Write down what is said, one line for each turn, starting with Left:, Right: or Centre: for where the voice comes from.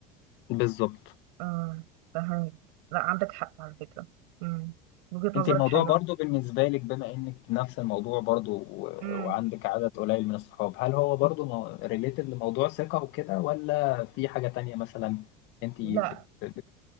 Left: بالظبط
Right: اه فهمت لا عندك حق على فكرة امم وجهة نظرك
Left: انت الموضوع
Right: حلوة
Left: برضو بالنسبة لك بما انك نفس الموضوع برضو و-
Right: امم
Left: وعندك عدد قليل من الصحاب هل هو برضو ريليتد لموضوع ثقة وكده ولا في حاجة تانية مثلا انت
Right: لا
Left: بت... بت...